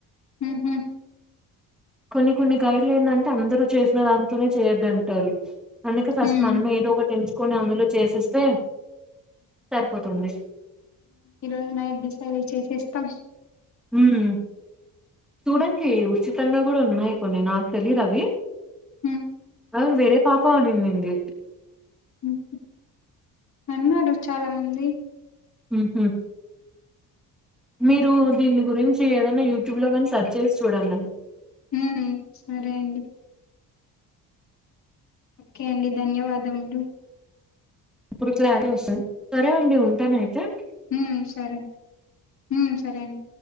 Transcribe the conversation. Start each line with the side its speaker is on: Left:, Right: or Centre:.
Left: మ్ హు
Centre: కొన్ని కొన్ని గైడ్లు ఏందంటే అందరు చేసిన దాంతోనే చేయొద్దంటారు అందుకే ఫస్ట్
Left: హ్మ్
Centre: మనమే ఏదోకటి ఎంచుకొని అందులో చేసేస్తే సరిపోతుంది
Left: ఈరోజు నైట్ డిసైడ్ చేసేస్తాం
Centre: హ్మ్ చూడండి ఉచితంగా కూడా ఉన్నాయి కొన్ని నాకు తెలీదవి
Left: హ్మ్
Centre: అ వేరే పాప అనిండింది
Left: హ్మ్ అన్నారు చాలా మంది
Centre: మ్ హు మీరు దీని గురించి ఏదైనా యూట్యూబ్ లో కానీ సెర్చ్ చేసి చూడండి
Left: ఉమ్ సరే అండి ఓకే అండి ధన్యవాదములు
Centre: అప్పుడు క్లారిటీ వస్తది సరే అండి ఉంటానయితే
Left: ఉమ్ సరే ఉమ్ సరే అండి